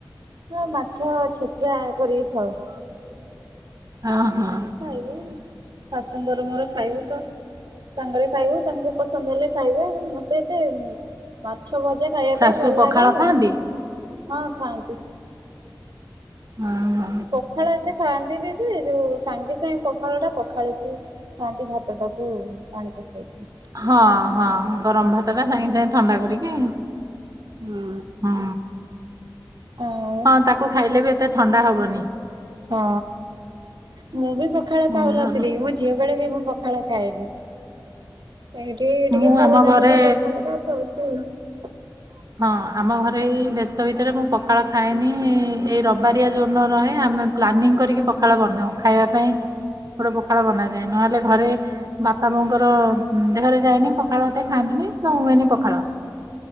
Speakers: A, on the right; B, on the right.
A: ହଁ ମାଛ ଛେଚା କରିକି ଖାଉ।
B: ହଁ ହଁ।
A: ଖାଇବୁ ଶାଶୁଙ୍କର ମୋର ଖାଇବୁ ତ। ସାଙ୍ଗରେ ଖାଇବୁ ତାଙ୍କୁ ପସନ୍ଦ ହେଲେ ଖାଇବେ ଆଉ ମତେ ଏତେ ମାଛ ଭଜା ଖାଇବା
B: ଶାଶୁ
A: ପାଇଁ ଭଲ
B: ପଖାଳ
A: ଲାଗେ ଯେ
B: ଖାଆନ୍ତି?
A: ହଁ ଖାଆନ୍ତି।
B: ହଁହଁ।
A: ପଖାଳ ଏତେ ଖାଆନ୍ତିନି ଯେ ଯୋଉ ସାଙ୍ଗେ ସାଙ୍ଗେ ପଖାଳ ଟା ପଖାଳିକି ଖୁଆନ୍ତି ଭାତ ଟାକୁ ପାଣି ପସେଇକି।
B: ହଁ ହଁ ଗରମ ଭାତ ଟା ସାଙ୍ଗେ ସାଙ୍ଗେ ଥଣ୍ଡା କରିକି
A: ହୁଁ
B: ହଁ।
A: ଆଉ
B: ହଁ ତାକୁ ଖାଇଲେ ବି ଏତେ ଥଣ୍ଡା ହବନି।
A: ହଁ। ମୁଁ ବି ପଖାଳ
B: ହୁଁ
A: ଖାଉନଥିଲି
B: ଭଲ
A: ମୋ ଝିଅ ବେଳେ ବି ମୁଁ ପଖାଳ ଖାଏନି। ଏଇଠି ଟିକେ
B: ମୁଁ
A: ଭଲ
B: ଆମ
A: ଲାଗୁଛି
B: ଘରେ
A: ପଖାଳ ଟା ଖାଉଛି ଆଉ।
B: ହଁ ଆମ ଘରେ ଏଇ ବ୍ୟସ୍ତ ଭିତରେ ମୁଁ ପଖାଳ ଖାଇଏନି ଏଇ ରବ ବାରିଆ ଯୋଉଦିନ ରହେ ଆମେ ପ୍ଲାନିଂ କରିକି ପଖାଳ ବନାଉ ଖାଇବା ପାଇଁ। ପଖାଳ ବନାଯାଏ ନହେଲେ ଘରେ ବାପା ବୋଉଙ୍କର ଦେହରେ ଯାଏନି ପଖାଳ ଏତେ ଖାଆନ୍ତିନି ତ ହୁଏନି ପଖାଳ।